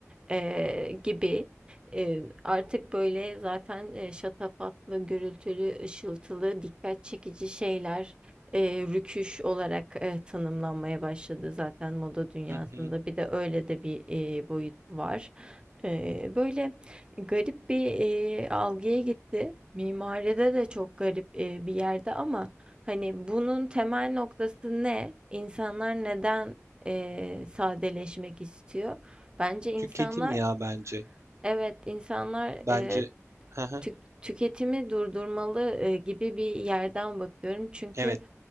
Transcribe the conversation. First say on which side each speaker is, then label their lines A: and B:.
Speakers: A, on the right (about 20°); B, on the right (about 65°).
A: eee, gibi. Eee, artık böyle zaten, eee, şatafatlı, gürültülü, ışıltılı, dikkat çekici şeyler, eee, rüküş olarak, eee, tanımlanmaya başladı zaten moda dünyasında.
B: hı hı.
A: Bir de öyle de bir, eee, boyutu var. Eee, böyle garip bir, eee, algıya gitti. Mimaride de çok garip, eee, bir yerde ama hani bunun temel noktası ne? İnsanlar neden, eee, sadeleşmek istiyor? Bence insanlar,
B: Tüketim ya bence.
A: evet insanlar
B: Bence
A: e,
B: hı hı.
A: tük- tüketimi durdurmalı e, gibi bir yerden bakıyorum. Çünkü
B: Evet,